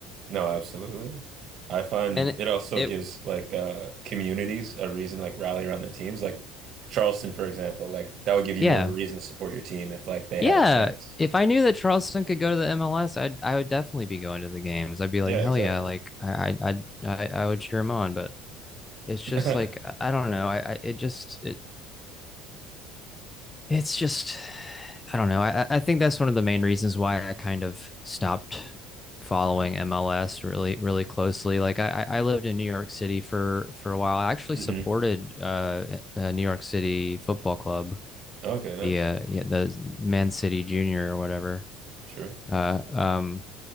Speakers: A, on the right; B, on the left.
A: No, absolutely. I find
B: and it,
A: it also
B: it
A: gives like uh communities a reason to like rally around their teams. Like Charleston, for example, like that would give you
B: yeah
A: more of a reason to support your team if like they
B: yeah
A: had a chance.
B: if i knew that charleston could go to the mls i'd i would definitely be going to the games i'd be
A: Yeah,
B: like hell
A: exactly.
B: yeah like i i i, I would cheer him on but it's just
A: <laughs>
B: like i don't know i, I it just it, it's just I don't know. I, I think that's one of the main reasons why I kind of stopped following MLS really really closely. Like I, I lived in New York City for for a while. I actually
A: hmm
B: supported uh, uh New York City Football Club,
A: Okay, nice.
B: the uh, yeah, the Man City Junior or whatever.
A: True.
B: Uh, um,